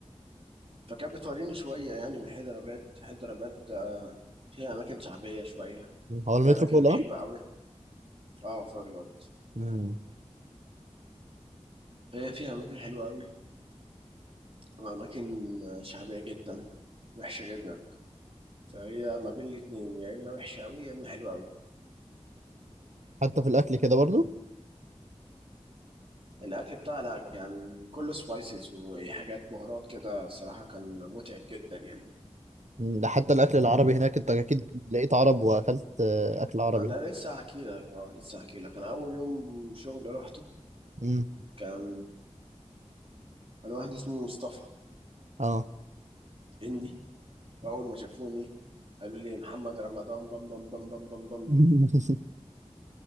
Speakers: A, on the right; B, on the right.
A: فكانت بتوريني شويه يعني من حيدرآباد حيدرآباد آه، فيها اماكن شعبيه شويه
B: هو المترو
A: فيها اماكن
B: فوق الارض
A: حلوه قوي اه فوق الارض
B: مم.
A: فهي فيها اماكن حلوه قوي واماكن آه، شعبيه جدا وحشه جدا فهي ما بين الاتنين يا اما وحشه قوي يا اما حلوه قوي
B: حتى في الاكل كده برضه
A: الاكل بتاعها لا كان كله سبايسز وحاجات بهارات كده الصراحه كان متعب جدا يعني
B: مم. ده حتى الاكل العربي هناك انت اكيد لقيت عرب واكلت آه، اكل عربي
A: انا لسه هحكي لك اه لسه هحكي لك انا اول يوم شغل رحته
B: مم.
A: كان انا واحد اسمه مصطفى
B: اه
A: هندي واول ما شافوني قالوا لي محمد رمضان بام بام بام بام بام بام
B: <laughs>